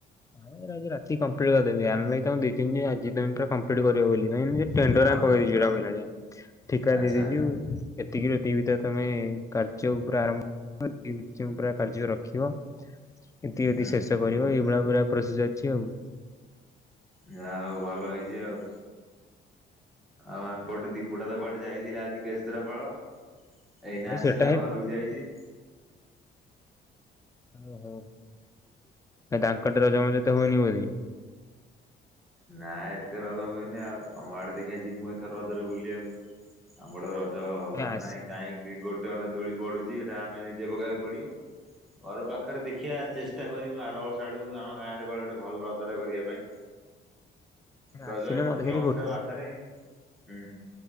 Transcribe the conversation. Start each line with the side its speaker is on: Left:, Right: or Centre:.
Left: ହଁ ଆଜି ରାତି କପ୍ଲିଟ କରି ଦେବି ଆମେ ତ ଦି ତିନ ଯ ଆଜି ବ୍ୟାଙ୍କ କମ୍ପ୍ଲିଟ କରିବ ବୋଲି କାଇ ଟେଣ୍ଡରେ
Centre: ହଁ
Left: ଆମେ <unintelligible> ପକେଇଛୁ କହି ଠିକା
Centre: ଆଚ୍ଛା
Left: ଦେଇଦେଇଛୁ। ଏତିକିରୁ ଏତିକି ଭିତରେ ତମେ କାର୍ଯ୍ୟ ଉପରେ ଆରମ୍ <unintelligible> କାର୍ଯ୍ୟ ରଖିବ। ଏତି ଯଦି
Centre: ହୁଁ
Left: ଶେଷ କରିବ ଏଇଭଳିଆ ପୁରା ପ୍ରୋସେସ୍‌ ଅଛି ଆଉ।
Centre: ଯାହା ହଉ ଭଲ ହେଇଛି ଆଉ। ଆଉ ଆମପଟେ ଦୀପୁଟା ତ କୁଆଡ଼େ ମୁଁ ଯାଇଥିଲା ଆଜି କେଶ୍ରାପାଳ ଏଇନା
Left: ଭାଇ
Centre: ଆସିଲା
Left: ସେଟା ହିଁ
Centre: ଘରୁକୁ ଯାଇଛି।
Left: ଓହୋ ନାଇ ତାଙ୍କର ତ ରଜ ମଜା ତ ହଉନି ବୋଲି।
Centre: ନାଇଁ ଏତେ ରଜ ହୁଏନି ଆଉ ତମ ଆଡ଼େ ଦେଖିବା ଯିମୁଁ ଏଥର ରଜରେ ବୁଲିବାକୁ। ଆମ୍ ପଟେ ରଜ ହବାର
Left: ଏ ଆସି
Centre: ନାହିଁ କାହିଁକି ଗୋଟେ ଅଧ ଦୋଳି ପଡ଼ୁଛି ସେଟା ଆମେ ନିଜେ ପକେଇବାକୁ ପଡ଼ିବ। ଘର ପାଖରେ ଦେଖିୟା ଚେଷ୍ଟା କରିମୁ ଆର ବର୍ଷ ଆଡ଼କୁ ଆମ ଗାଁରେ ଗୋଟେ ଭଲ ରଜଟେ କରିବା ପାଇଁ। ରଜ
Left: ଆସିଲେ
Centre: ଏଇ ମନ୍ଦିର
Left: ମତେ ଖାଲି
Centre: ଫନ୍ଦିର
Left: ଗୋଟେ
Centre: ପାଖରେ ହୁଁ।